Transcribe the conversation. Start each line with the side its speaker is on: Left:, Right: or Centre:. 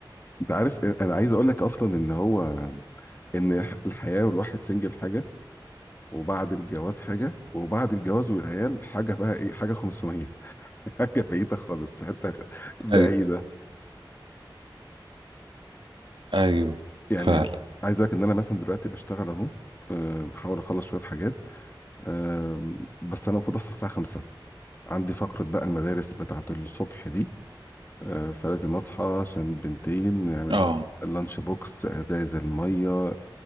Left: عارف انا عايز اقول لك اصلا ان هو ان الحياه والواحد سنجل حاجه وبعد الجواز حاجه وبعد الجواز والعيال حاجه بقى ايه حاجه 500 <laughs> حاجه بعيده خالص في حته خ- بعيده
Right: ايوه ايوه
Left: يعني
Right: فعلا
Left: عايز اقول لك ان انا مثلا دلوقتي بشتغل اهو أه، بحاول اخلص شويه حاجات أه، بس انا المفروض اصحى الساعه 5 عندي فقره بقى المدارس بتاعه الصبح دي أه، فلازم اصحى عشان البنتين نعمل
Right: اه
Left: لهم اللانش بوكس ازايز الميه